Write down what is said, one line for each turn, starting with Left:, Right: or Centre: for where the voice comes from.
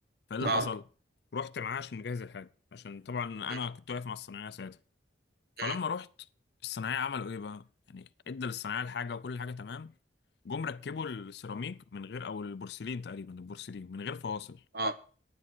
Left: فايه اللي
Right: اه
Left: حصل رحت معاه عشان نجهز الحاجه عشان طبعا
Right: مم.
Left: انا كنت واقف مع الصنايعيه ساعتها فلما
Right: مم.
Left: رحت الصنايعيه عملوا ايه بقى يعني ادى للصنايعيه الحاجه وكل حاجه تمام جم ركبوا السيراميك من غير او البورسلين تقريبا البورسلين من غير فواصل
Right: اه